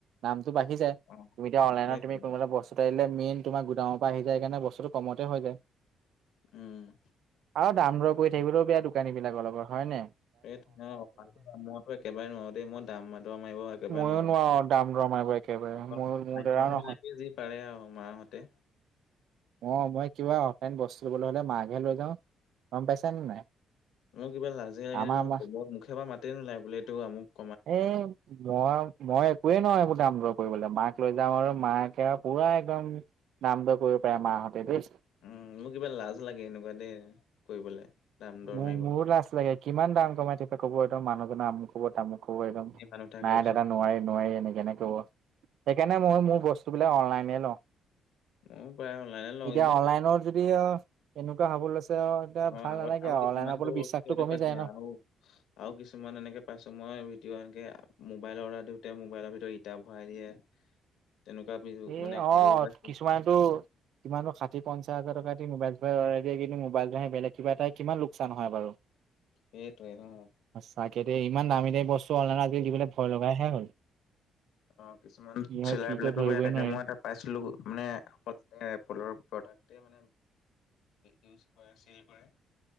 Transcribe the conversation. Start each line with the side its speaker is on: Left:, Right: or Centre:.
Right: দামটো বাঢ়ি যায়। তুমি
Left: অঁ
Right: এতিয়া, অনলাইনত
Left: সেইটোৱে
Right: তুমি, কোনোবা এটা বস্তু আহিলে, মেইন তোমাৰ গুডামৰ আহি যায়। সেইকাৰণে, বস্তুটো কমতে হৈ যায়।
Left: উম!
Right: আৰু দাম-দৰ কৰি থাকিবলৈও বেয়া, দোকানী বিলাকৰ লগত। হয় নাই?
Left: এই, মইতো একেবাৰে নোৱাৰোঁ দেই। মই দাম মৰা, মাৰিব একেবাৰে
Right: ময়ো
Left: নোৱাৰোঁ।
Right: নোৱাৰো দাম দৰ মাৰিব একেবাৰে
Left: আকৌ,
Right: মোৰ মোৰ
Left: মাইকী
Right: দ্বাৰাও
Left: মানুহবিলাকে
Right: নহয়
Left: যি পাৰে আৰু মাহঁতে।
Right: অ'! মই কিবা, অফলাইন বস্তু ল'বলৈ হ'লে, মাকহে লৈ যাওঁ। গম পাইছা নে নাই?
Left: মোৰ কিবা লাজে লাগে
Right: আমাৰ
Left: নে, মই
Right: মা
Left: ক'ব, মুখ পৰা মাতে নোলাই বোলে, এইটো আমোক।
Right: <unintelligible> মই, মই একোৱে নোৱাৰোঁ, এইবোৰ দাম-দৰ কৰিবলৈ, মাক লৈ যাওঁ আৰু মাকে আৰু পূৰা, একদম দাম-দৰ কৰিব পাৰে, মাহঁতে দেই।
Left: উম! মোৰ কিবা লাজ লাগে, এনেকুৱা <unintelligible> কৰিবলে। দাম দৰ
Right: মোৰ,
Left: মাৰিবলে
Right: মোৰ লাজ লাগে। কিমান দাম কমাই থাকিবা! ক'ব একদম, মানুহজনা মোক। ক'ব, তামোক ক'ব একদম,
Left: মানুহ থাকে
Right: নাই
Left: ওচৰত
Right: দাদা, নোৱাৰি- নোৱাৰি, এনেকে এনে ক'ব। সেইকাৰণে, মই মোৰ বস্তুবিলাক, অনলাইনে লওঁ।
Left: ময়ো প্ৰায় অনলাইনে লওঁ
Right: এতিয়া,
Left: ইমান
Right: অনলাইনত যদি, এনেকুৱা হ'ব লৈছে আৰু! এতিয়া
Left: অঁ
Right: ভাল
Left: আগত
Right: নালাগে।
Left: আৰু কিছুমানটো,
Right: অনলাইনৰ ওপৰত বিশ্বাসটো
Left: সেইটো
Right: কমি
Left: বাত
Right: যায়
Left: দিয়া
Right: ন
Left: আৰু। আৰু কিছুমান, এনেকে পাইছোঁ, মই ভিডিঅ এনেকে, মোবাইলৰ অৰ্ডাৰ দিওঁতে, মোবাইলৰ ভিতৰত ইটা ভৰাই দিয়ে। <inaudible> তেনেকুৱা <unintelligible>
Right: এই,
Left: খবৰো
Right: অ'!
Left: পাইছো
Right: কিছুমানেতো কিমাননো, ষাঠি -পঞ্চাছ হাজাৰ টকা দি, মোবাইল- চোবাইল আৰ্ডাৰ দিয়ে। কিন্তু, মোবাইল নহয়, বেলেগ কিবা এটাই, কিমান লোকচান হয় বাৰু।
Left: সেইটোৱে! <unintelligible>
Right: সচাঁকে দেই। ইমান দামী-দামী বস্তু, অনলাইনত আজিকালি, দিবলৈ ভয় লগাইহে হ'ল।
Left: অ'! কিছুমান
Right: কি হয়
Left: চিলাই
Right: কি
Left: বিলাকো
Right: কয় ধৰিবই
Left: বেয়া থাকে।
Right: নোৱাৰি।
Left: মই এটা পাইছিলোঁ। মানে, অকল <unintelligible> প্ৰডাক্টে মানে ইউজ কৰে, চিল কৰে।